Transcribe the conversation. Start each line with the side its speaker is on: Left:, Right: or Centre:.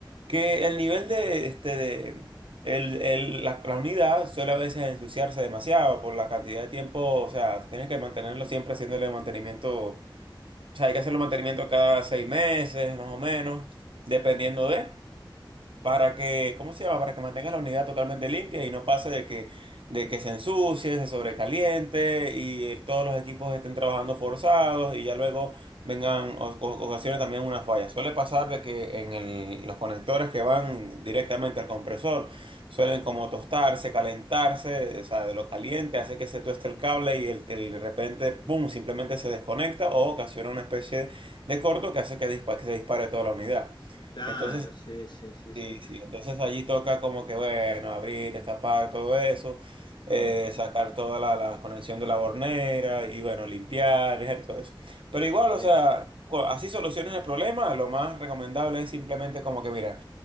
Right: que el nivel de, este, de el, el- la, la unidad suele a veces ensuciarse demasiado por la cantidad de tiempo, o sea, tienes que mantenerlo siempre haciéndole mantenimiento, o sea, hay que hacerle mantenimiento cada seis meses, más o menos, dependiendo de para que, ¿cómo se llama? Para que mantenga la unidad totalmente limpia y no pase de que, de que se ensucie, se sobrecaliente y el- todos los equipos estén trabajando forzados y ya luego vengan o- o- ocasiones también una falla. Suele pasar de que en el- los conectores que van directamente al compresor suelen como tostarse, calentarse, o sea, de lo caliente hace que se tueste el cable y el, el- de repente, ¡pum!, simplemente se desconecta o ocasiona una especie de corto que hace que, dispa- que se dispare toda la unidad.
Left: Claro,
Right: Entonces,
Left: sí, sí, sí, sí.
Right: Sí, sí, entonces allí toca como que, bueno, abrir, destapar todo eso, eh,
Left: Mm,
Right: sacar toda la, la conexión de la bornera y, bueno, limpiar, dejar todo eso. Pero igual,
Left: Bien.
Right: o sea, co- así soluciones el problema, lo más recomendable es simplemente como que, mira,